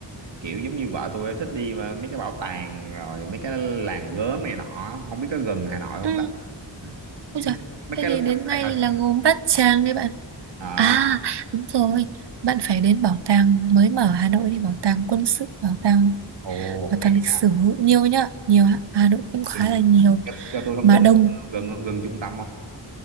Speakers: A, on the right (about 85°); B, on the right (about 70°).
A: kiểu giống như vợ tôi ấy, thích đi mà mấy cái bảo tàng rồi mấy cái làng gốm này nọ không biết có gần Hà Nội không
B: ừ
A: ta À,
B: ôi
A: mấy
B: giời
A: mấy
B: thế
A: cái
B: thì đến
A: làng tại
B: ngay
A: Hà
B: là gồm Bát Tràng đi bạn
A: à
B: à đúng rồi bạn phải đến bảo tàng mới mở Hà Nội đi bảo tàng quân sự bảo tàng
A: ồ
B: bảo
A: hay
B: tàng lịch
A: à
B: sử nhiều nhá nhiều ạ. Hà Nội cũng khá
A: gần,
B: là nhiều
A: cho, cho tôi thông
B: mà
A: tin
B: đông
A: ấy, gần không gần trung tâm không